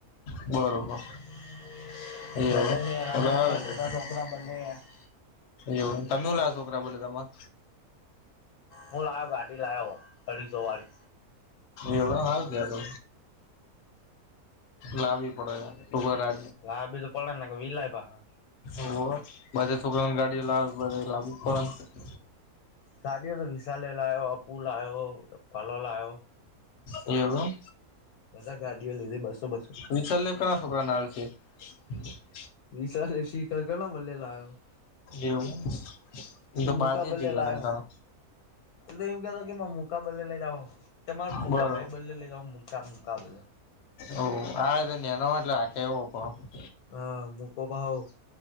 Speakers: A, on the left; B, on the left.
A: બરોબર.
B: <inaudible>
A: એવું એમ તો તો હારું કેવાય એવું તમે લ છોકરા બોલ તમાં.
B: હું લાયો ગાડી લાયો હું અઢીસો વારી.
A: એવું એમ હારુ કેવાય તો. લાવવી પડે છે છોકરા રા
B: લાબી તો પડે ને નકા વિલાય પાહા.
A: ઓવ બધા છોકરા ન ગાડી લાવી પડ લાવી જ પડે.
B: ગાદી તો વિશાલે લાયો અપું લાયો ફલો લાયો.
A: એવું.
B: બધા ગાડીઓ લીધી બસો બસો
A: વિશાલયો કયા છોકરાન આલશે. <inaudible>
B: વિશાલયો શી ખબર કમનો મલે લાયો.
A: એવું એ તો
B: મુકા
A: બાજ
B: બદલે
A: જ લગનતા.
B: લાયો એ તો એમ કતો કે મુકા બલે લઈ જાવ કે મારે મુકા
A: બરો
B: ભાઈ બદલે લઈ જાવ મુકા કા મુકાબલા.
A: ઓ હ આ નેનો લાયા કેવું પડ.
B: હ મુકોબા પાહો